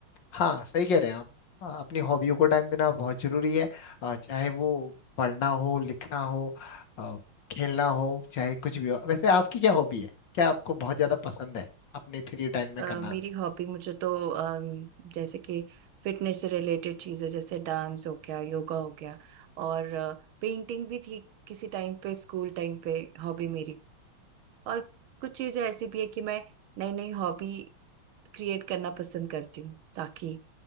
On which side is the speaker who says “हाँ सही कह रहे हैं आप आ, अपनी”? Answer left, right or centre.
Left